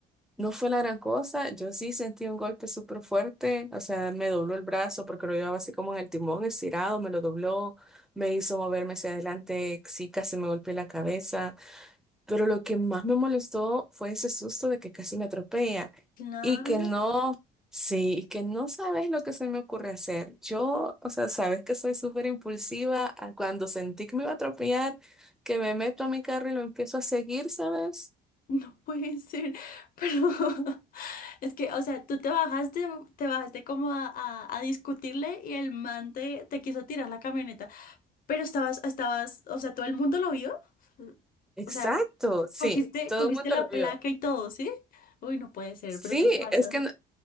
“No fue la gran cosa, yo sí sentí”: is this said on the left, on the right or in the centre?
Centre